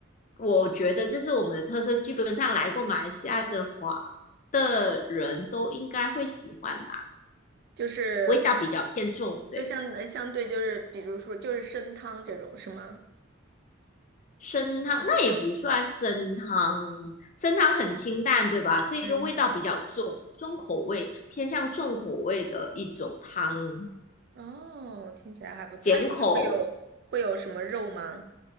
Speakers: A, on the left; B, on the right.
A: 我觉得这是我们的特色。基本上来过马来西亚的话的人都应该会喜欢吧，
B: 就是
A: 味道比较偏重，对。
B: 就相呃相对就是比如说就是参汤这种是吗？
A: 生汤那也不算生汤，生汤很清淡，对吧？这个味道比较重，
B: 嗯嗯
A: 重口味，偏向重口味的一种汤，
B: 哦，听起来还不错。
A: 咸口
B: 它里面会有会有什么肉吗？